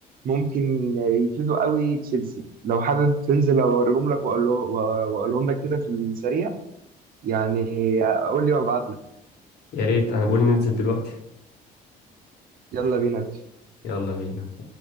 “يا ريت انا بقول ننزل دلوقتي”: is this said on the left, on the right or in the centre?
Left